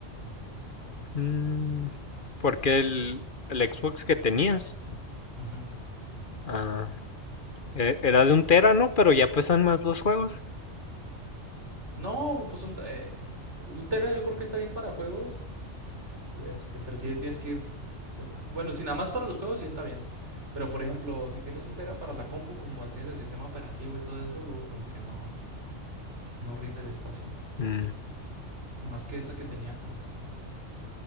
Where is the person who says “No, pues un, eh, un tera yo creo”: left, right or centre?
Right